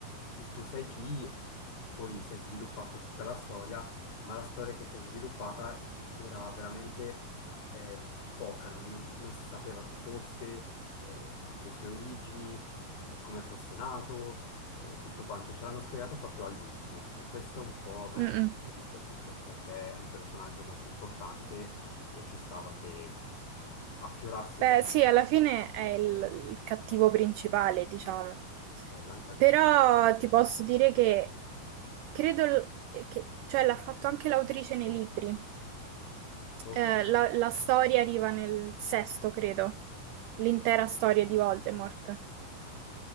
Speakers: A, on the left; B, on the right.
A: tu sai chi, poi si è sviluppata tutta la storia, ma la storia che si è sviluppata era veramente eh, poca, non, non si sapeva chi fosse, eh, le sue origini, eh, come fosse nato eh, tutto quanto ce l'hanno spiegato proprio all'ultimo e questo un po' a me
B: mm, mm.
A: è dispiaciuto perché è un personaggio molto importante e ci stava che affiorasse
B: Beh,
A: già
B: sì, alla fine è il, il cattivo principale, diciamo.
A: eh, l'antagonista.
B: Però ti posso dire che credo l- che, cioè l'ha fatto anche l'autrice nei libri.
A: Ok,
B: Eh, la, la storia arriva nel sesto, credo. L'intera storia di Voldemort.